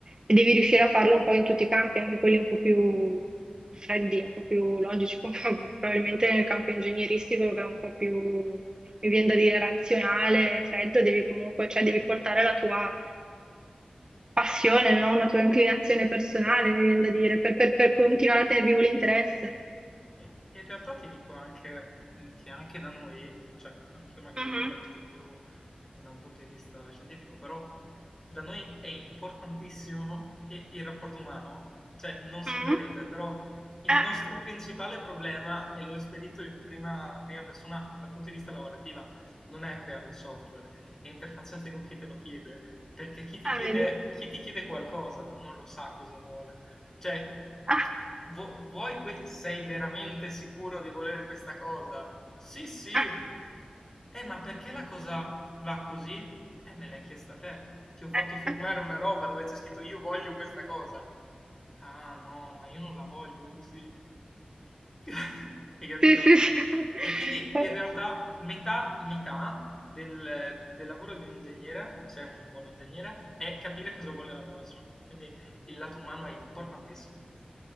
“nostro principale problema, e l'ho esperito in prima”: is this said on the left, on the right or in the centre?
Left